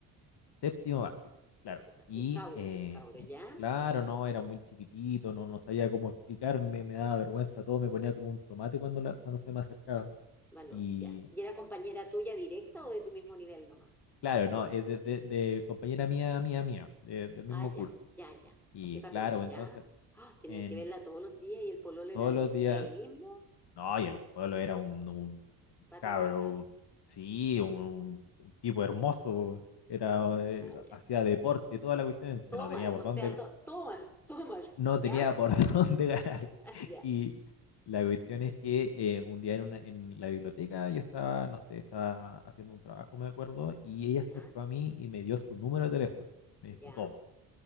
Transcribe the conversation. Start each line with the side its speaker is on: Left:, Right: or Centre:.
Left: séptimo básico, claro.
Centre: Chuta,
Left: Y
Centre: un cauro,
Left: eh,
Centre: un cauro, ¿ya?
Left: Claro, no, era muy chiquitito, no, no sabía cómo explicarme, me daba vergüenza todo, me ponía como un tomate cuando, la, cuando se me acercaba.
Centre: Valor,
Left: Y
Centre: ya. ¿Y era compañera tuya directa o de tu mismo nivel nomás?
Left: claro, no, es de, de- de compañera mía, mía, mía, de- del mismo
Centre: Ah,
Left: curso.
Centre: ya, ya, ya.
Left: Y
Centre: Qué papelón,
Left: claro,
Centre: ¿ya?
Left: entonces,
Centre: Ah, tenía
Left: en
Centre: que verla todos los días y el pololo era
Left: todos
Centre: de,
Left: los días,
Centre: de ahí mismo,
Left: no, y el pueblo era un, un
Centre: pate
Left: cabro,
Centre: vaca.
Left: sí, un, un tipo hermoso, era, eh,
Centre: Ah, ya.
Left: hacía deporte, toda la cuestión, entonces
Centre: Todo
Left: no
Centre: mal,
Left: tenía por
Centre: o sea,
Left: dónde,
Centre: to- todo mal, <laughs> todo mal.
Left: no
Centre: ¿Ya?
Left: tenía por <laughs> dónde ganar.
Centre: Ya,
Left: Y la cuestión es que eh, un día en, una- en la biblioteca yo estaba, no sé, estaba haciendo un trabajo, me acuerdo, y ella
Centre: ya,
Left: se acercó a mí y me dio su número de teléfono. Me
Centre: ya.
Left: dijo, toma.